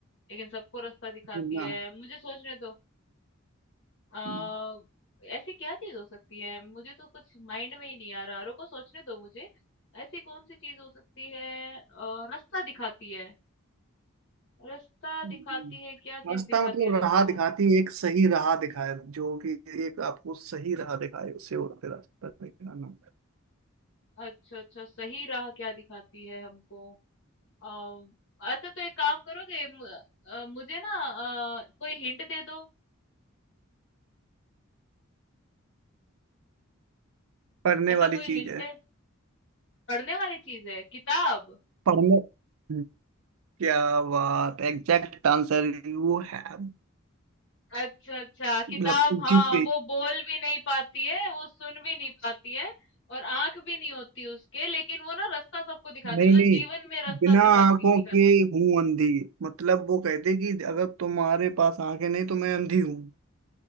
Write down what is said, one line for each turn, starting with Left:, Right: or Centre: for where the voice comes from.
Left: लेकिन सबको रास्ता दिखाती
Right: बिना
Left: है मुझे सोचने दो आ,
Right: हम्म,
Left: ऐसी क्या चीज हो सकती है मुझे तो कुछ माइंड में ही नहीं आ रहा रुको सोचने दो मुझे ऐसी कौन सी चीज हो सकती है अ, रास्ता दिखाती है रास्ता दिखाती
Right: हम्म।
Left: है क्या चीज
Right: रास्ता
Left: दिखाती
Right: मतलब
Left: है रास्ता
Right: राह दिखाती है, एक सही राह दिखाए जो कि एक आपको सही राह दिखाए उसे होते रास्ता दिखाना
Left: अच्छा अच्छा सही राह क्या दिखाती है हमको अम, अच्छा तो एक काम करोगे मु- अ, मुझे ना अ, कोई हिंट दे दो
Right: पढ़ने
Left: ऐसा
Right: वाली
Left: कोई
Right: चीज
Left: हिंट
Right: है
Left: है पढ़ने वाली चीज है किताब
Right: पढ़ने हम्म। क्या बात एग्जैक्ट आंसर यू हैव
Left: अच्छा अच्छा किताब
Right: मतलब
Left: हाँ
Right: जीत गई
Left: वो बोल भी नहीं पाती है वो सुन भी नहीं पाती है और आंख भी नहीं होती उसके लेकिन वो ना रास्ता सबको दिखाती
Right: नहीं
Left: है मतलब
Right: नहीं
Left: जीवन में रास्ता
Right: बिना
Left: सिखाती
Right: आंखों
Left: दिखाती
Right: के
Left: है।
Right: हूं अंधी मतलब वो कहते कि अगर तुम्हारे पास आंखें नहीं तो मैं अंधी हूँ